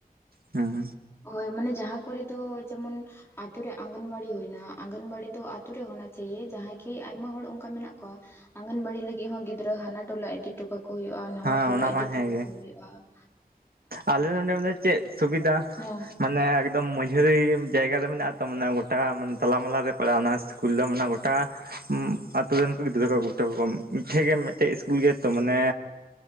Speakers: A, on the right (about 75°); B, on the left (about 15°).
A: ᱦᱩᱸ
B: ᱦᱚᱭ ᱢᱟᱱᱮ ᱡᱟᱦᱟᱸ ᱠᱚᱨᱮ ᱫᱚ ᱡᱮᱢᱚᱱ ᱟᱛᱩ ᱨᱮ ᱚᱝᱜᱚᱱᱣᱟᱰᱤ ᱦᱩᱭᱱᱟ ᱟᱝᱜᱚᱱᱣᱟᱰᱤ ᱫᱚ ᱟᱛᱩ ᱨᱮ ᱦᱚᱱᱟ ᱪᱟᱭᱤᱮ ᱡᱟᱦᱟᱸᱭ ᱠᱤ ᱟᱭᱢᱟ ᱦᱚᱲ ᱚᱱᱠᱟ ᱢᱮᱱᱟᱜ ᱠᱚᱣᱟ ᱟᱜᱚᱱ ᱵᱟᱲᱤ ᱞᱟᱹᱜᱤᱫ ᱦᱚᱸ ᱜᱤᱫᱽᱨᱟᱹ ᱦᱟᱱᱟ ᱴᱚᱞᱟ ᱤᱫᱤᱴᱚᱠᱟ ᱠᱚ ᱦᱩᱭᱩᱜᱼᱟ ᱱᱟᱣᱟ
A: ᱦᱮᱸ
B: ᱴᱚᱞᱟ
A: ᱚᱱᱟ
B: ᱤᱫᱤ
A: ᱢᱟ
B: ᱦᱚᱴᱚ
A: ᱦᱮᱸᱜᱮ
B: ᱠᱟ ᱠᱚ ᱦᱩᱭᱩᱜᱼᱟ ᱾
A: ᱟᱞᱮ ᱱᱚᱰᱮ ᱢᱟᱱᱮ ᱪᱮᱫ ᱥᱩᱵᱤᱫᱟ
B: ᱦᱮᱸ
A: ᱢᱟᱱᱮ ᱮᱠᱫᱚᱢ ᱢᱟᱡᱷᱟᱹᱨᱤ ᱡᱟᱭᱜᱟᱨᱮ ᱢᱮᱱᱟᱜ ᱛᱚ ᱢᱟᱱᱮ ᱜᱚᱴᱟ ᱢᱟᱱᱮ ᱛᱟᱞᱟᱢᱟᱞᱟ ᱨᱮ ᱯᱟᱲᱟᱜᱼᱟ ᱚᱱᱟ ᱤᱥᱠᱩᱞ ᱫᱚ ᱢᱟᱱᱮ ᱜᱚᱴᱟ ᱟᱛᱩ ᱨᱮᱱ ᱠᱚ ᱜᱤᱫᱽᱨᱟᱹ ᱠᱚ ᱟᱹᱜᱩ ᱚᱴᱚ ᱠᱟᱠᱚ ᱢᱤᱫᱴᱷᱮ ᱜᱮ ᱢᱤᱫᱴᱮᱡ ᱤᱥᱠᱩᱞ ᱜᱮᱛᱚ ᱢᱟᱱᱮ